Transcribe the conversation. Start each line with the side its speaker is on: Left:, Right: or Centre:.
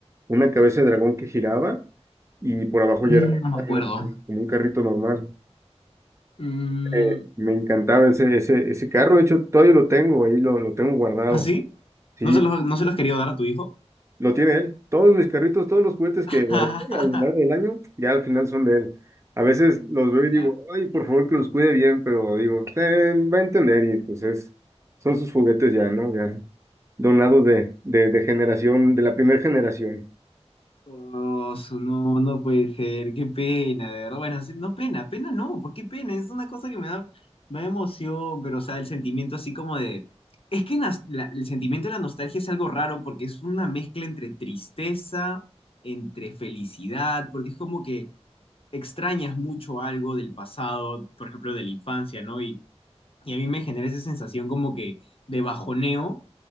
Right: una cabeza de dragón que giraba y por abajo
Left: Mm,
Right: ya era
Left: No me acuerdo.
Right: como un carrito normal.
Left: Mm,
Right: Eh, me encantaba ese, ese, ese carro, de hecho todavía lo tengo, ahí lo, lo tengo guardado.
Left: ¿Ah, sí?
Right: Sí,
Left: ¿No se los, no se los quería dar a tu hijo?
Right: Lo tiene él. Todos mis carritos, todos los juguetes que
Left: <laughs>
Right: guardé a lo largo del año, ya al final son de él. A veces los
Left: Ala.
Right: veo y digo, ay, por favor que los cuide bien, pero digo, "Eh, va a entender y pues es, son sus juguetes ya, ¿no? Ya donados de, de, de generación, de la primera generación.
Left: Oh, su- no, no puede ser, qué pena, de verdad. Bueno, sí, no pena, pena no, ¿por qué pena? Es una cosa que me da, me da emoción, pero o sea, el sentimiento así como de... Es que nas- la- el sentimiento de la nostalgia es algo raro porque es una mezcla entre tristeza, entre felicidad, porque es como que extrañas mucho algo del pasado, por ejemplo, de la infancia, ¿no? Y, y a mí me genera esa sensación como que de bajoneo